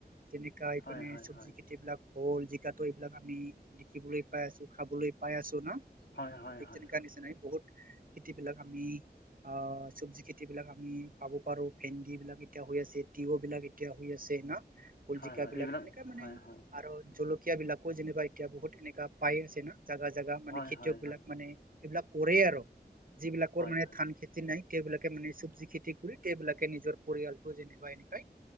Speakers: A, on the right; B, on the left.
A: যেনেকা
B: হয়
A: মানে
B: হয়
A: চব্জি
B: হয়
A: খেতি বিলাক ভোল জিকাটো এইবিলাক আমি দেখিবলৈ পাই আছো খাবলৈ পাই আছো না।
B: হয় হয়
A: ঠিক
B: হয়
A: তেনেকা নিচিনাই বহুত খেতি বিলাক আমি। আহ চব্জি খেতি বিলাক আমি পাব পাৰো ভেনদী বিলাক এতিয়া হৈ আছে তিয়হ বিলাক এতিয়া হৈ আছে না।
B: হয়
A: কল জিকা
B: হয়
A: বিলাক
B: এইবিলাক
A: তেনেকাে মানে
B: হয় হয়
A: আৰু জলকীয়া। সকিয়াবলাকো যেনিবা এতিয়া বহুত এনেককা পাই আছে ন জাগা জোগা মানে
B: হয়
A: খেতিয়ক
B: হয়
A: বিলাক
B: হয়
A: মানে এইবিলাক কৰে আৰু যিবিলাকৰ
B: হয়
A: মানে
B: হয়
A: ধান খেতি নাই। সেইবিলাকে মানে চব্জি খেতি কৰি তেওঁবিলাকে নিজৰ পৰিয়ালটো যেনিবা এনেকাই